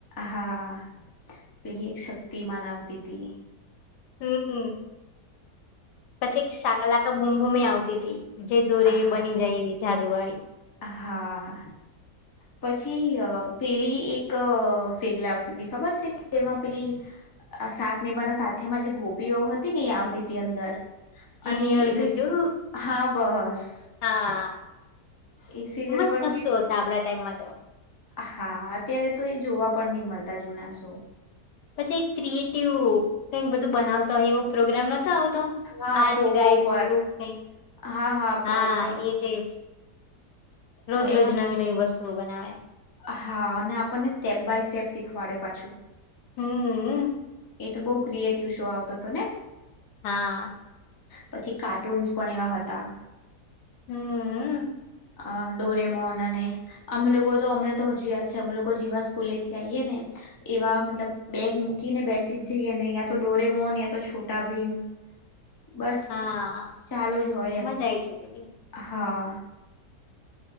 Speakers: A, on the left; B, on the left.
A: હા, પેલી એક શક્તિમાન આવતીતી
B: હમ્મ પછી એક સાાકાલાાકા બૂમબૂમએ આવતીતી જે દોરે
A: અ હા
B: બની જાય એવી જાદુવાડી
A: હા, પછી પેલી અ એક સિરિયલ આવતી તી ખબર છે, કે એમાં પેલી અ સાથનિભાના સાથિયામાં જે ગોપીવહુ હતી ને એ આવતી હતી, અંદર
B: જીનિયર
A: અને એક
B: જોજુ
A: હા બસ
B: હા
A: એ સિરિયલ
B: મસ્ત
A: પણ
B: મસ્ત
A: <inaudible> મે
B: શો હતા આપડા ટાઈમમાં તો
A: હા અત્યારે તો એ જોવા પણ નહી મળતા જુના સો
B: કંઈક ક્રિએટિવ બધું બનાવતા હોય એવો પ્રોગ્રામ નતો આવતો
A: હા
B: આર્ટગાય
A: પોગો
B: એવું
A: પર
B: કંઈક,
A: હા
B: હા,
A: પોગો પર
B: એજ એજ રોજ
A: તો એમાં
B: રોજ નવી નવી વસ્તુ તુઓ બનાવે
A: હા, અને આપણને સ્ટેપ બાય સ્ટેપ શીખવાડે પાછું.
B: હમ.
A: એ તો બહુ ક્રિએટિવ શો આવતો હતો ને
B: હા
A: પછી કાર્ટૂન્સ પણ એવા હતા,
B: હમ્મ
A: અ ડોરેમોન અને અમે લોકો તો અમને તો હજુ યાદ છે, અમે લોકો જેવા સ્કૂલેથી આઈએને એવા મતલબ બેગ મૂકીને બેસ થી જ જઈએને યા તો ડોરેમોન યા તો છોટા ભીમ બસ
B: હા
A: ચાલુ જ હોય
B: મજા
A: એમ
B: આઈ જતી હતી
A: હા
B: <inaudible>